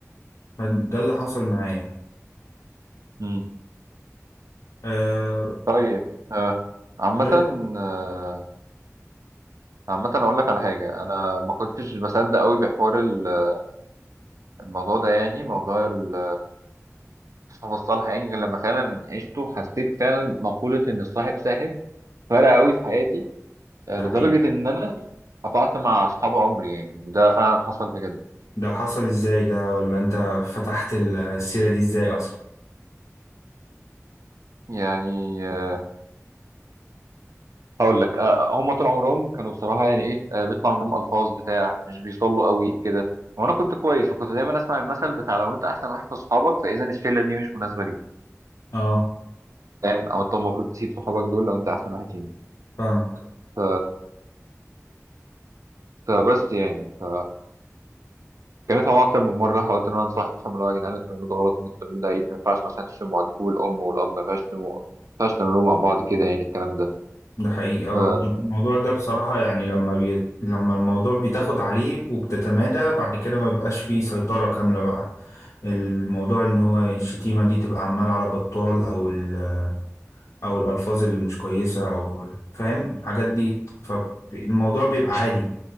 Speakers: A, on the left (about 75°); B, on the right (about 75°).
A: فده اللي حصل معايا
B: امم
A: أه...
B: طيب آه. عامة
A: ده
B: آه، عامة أقول لك على حاجة أنا ما كنتش بصدق أوي بحوار ال- الموضوع ده يعني موضوع ال- الصحاب الصالحة يعني غير لما فعلا عشته حسيت فعلا مقولة إن الصاحب ساحب فرق أوي في حياتي آه،
A: ده
B: لدرجة
A: حقيقي
B: إن أنا قطعت مع أصحاب عمري يعني وده فعلا حصل بجد
A: ده حصل ازاي ده ولا انت فتحت السيرة دي ازاي اصلا
B: يعني آه، هقول لك آه، هم طول عمرهم كانوا بصراحه يعني ايه آه، بيطلع منهم الفاظ بتاع مش بيصلوا قوي كده وانا كنت كويس وكنت دايما اسمع المثل بتاع لو انت احسن واحد في صحابك فاذا الشله دي مش مناسبه ليك
A: اه
B: فاهم او انت المفروض تسيب صحابك دول لو انت احسن واحد فيهم
A: فاهمك
B: ف... فبس يعني ف كانت معايا اكتر من مره حاولت ان انا انصحهم اللي هو يا جدعان انتوا بتعملوا ده غلط ان انتوا بتعملوا ده عيب ما ينفعش مثلا تشتموا بعضكم والام والاب ما ينفعش تشتموا ما ينفعش تعملوا مع بعض كده يعني الكلام ده
A: ده حقيقي اه
B: ف
A: الموضوع ده بصراحة يعني لما بي... لما الموضوع بتاخد عليه وبتتمادى بعد كده ما بيبقاش فيه سيطرة كاملة بقى الموضوع ان هو الشتيمة دي تبقى عمالة على بطال او ال... او الالفاظ اللي مش كويسة او فاهم الحاجات دي فالموضوع بيبقى عادي